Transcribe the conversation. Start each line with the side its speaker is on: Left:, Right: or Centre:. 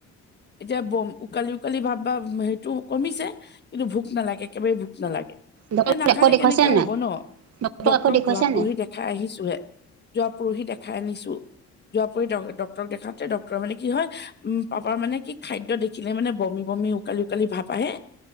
Left: এতিয়া বম উকালি উকালি ভাব বা সেইটো কমিছে কিন্তু ভোক নালাগে একেবাৰে ভোক নালাগে
Right: ডক্টৰক
Left: এ নাখালে
Right: আকৌ দেখুৱাইছে
Left: কেনেকে হব
Right: নাই
Left: ন
Right: ডক্টৰক
Left: ডক্তৰক
Right: আকৌ দেখুৱাইছে
Left: যোৱা পৰহি
Right: নাই?
Left: দেখ দেখাই আহিছো হে যোৱা পৰহি দেখাই আনিছো যোৱা পৰহি ড ডক্তৰ ডক্তৰ দেখাওঁতে ডক্তৰ মানে কি হয় উম পাপাৰ মানে কি খাদ্য দেখিলে মানে বমি বমি উকালি উকালি ভাপ আহে